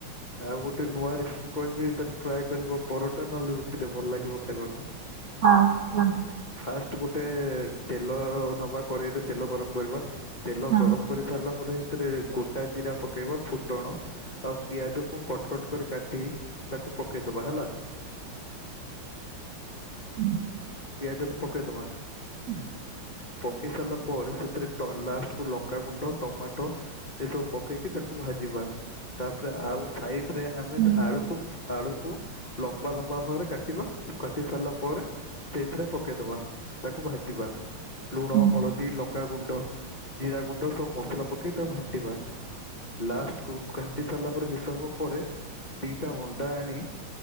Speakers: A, on the left; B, on the right.
A: ଆଉ ଗୋଟେ ନୂଆ ରେସିପି କହିବି ତାକୁ ଟ୍ରାଏ କରିବ ପରଟା ନହେଲେ ରୁଟିରେ ଭଲ ଲାଗିବ ଖାଇବାକୁ। ହ
B: ହଁ କୁହନ୍ତୁ।
A: ଫାଷ୍ଟ ଗୋଟେ ତେଲ ନବା କରେେଇରେ ତେଲ ଗରମ କରିବା। ତେଲ
B: ହଁ
A: ଗରମ କରି ସାରିଲା ପରେ ସେଥିରେ ଗୋଟା ଜିରା ପକେଇବା ଫୁଟଣ ଆଉ ପିଆଜ କୁ କ କଟ କରି କାଟି ତାକୁ ପକେଇଦବା ହେଲା।
B: ହୁଁ।
A: ପିଆଜ କ ପକେଇଦବା।
B: ହୁଁ।
A: ପକେଇ ସାରିଲା ପରେ ସେଥିରେ ଲାଷ୍ଟକୁୁ ଲଙ୍କାଗୁଣ୍ଡ ଟମାଟୋ ଏସବୁ ପକେଇକି ତାକୁ ଭାଜିବା। ତାପରେ ଆଉ ସାଇଡ୍ ରେ ଆମେ
B: ହୁଁ
A: ଆଳୁକୁ ଆଳୁକୁ ଲମ୍ବା ଲମ୍ବା ଭାବରେ କାଟିବା କାଟି ସାରିଲା ପରେ ସେଇଥିରେ ପକେଇଦବା ତାକୁ ଭାଜିବା। ଲୁଣ
B: ହୁଁ
A: ହଳ ଦି ଲଙ୍କାଗୁଣ୍ଡ ଜିରା ଗୁଣ୍ଡ ସବୁ ମସଲା ପକେଇ ତାକୁ ଘାଣ୍ଟିବା। ଲାଷ୍ଟକୁୁ ଘାଣ୍ଟି ସାରିଲା ପରେ କିଛି ସମ ପରେ ଦିଟା ଅଣ୍ଡା ଆଣି